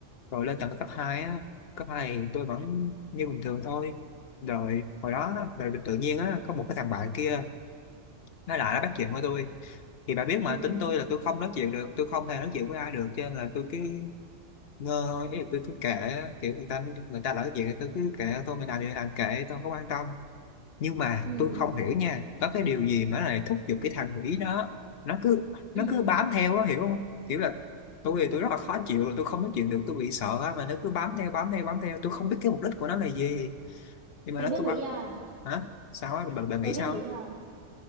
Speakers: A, on the left; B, on the right.
A: rồi lên tận cấp 2 á cấp 2 thì tôi vẫn như bình thường thôi rồi hồi đó rồi tự nhiên á có một cái thằng bạn kia nó lại nó bắt chuyện với tôi thì bà biết mà
B: ừ
A: tính tôi là tôi không nói chuyện được tôi không hề nói chuyện với ai được cho nên là tôi cứ ngơ thôi ý là tôi cứ kệ kiểu người ta người ta nói chuyện thì tôi cứ kệ tôi mình làm gì mình làm kệ tôi không quan tâm nhưng mà
B: ừ
A: tôi không hiểu nha có cái điều gì mà nó lại thúc giục cái thằng Mỹ đó nó cứ nó
B: ừ
A: cứ bám theo đó hiểu không kiểu là tôi thì tôi rất là khó chịu rồi tôi không nói chuyện được tôi bị sợ á mà nó cứ bám theo bám theo bám theo tôi không biết cái mục đích của nó là gì nhưng mà
B: tôi
A: nó
B: biết
A: cứ
B: lý
A: bám
B: do
A: hả sao á bà, bà nghĩ
B: tôi biết
A: sao
B: lý
A: á?
B: do